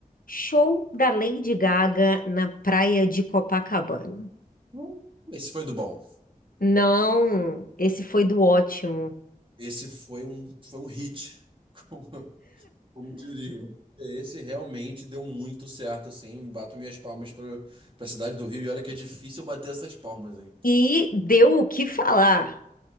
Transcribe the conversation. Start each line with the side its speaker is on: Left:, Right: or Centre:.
Left: Show da Lady Gaga na praia de Copacabana.
Right: Hum, Esse foi do bom.
Left: Não, esse foi do ótimo.
Right: Esse foi um, foi um hit, <laughs> como, como diriam. Esse realmente deu muito certo, assim. Bato minhas palmas para a cidade do Rio e olha que é difícil bater essas palmas, hein?
Left: E deu o que falar,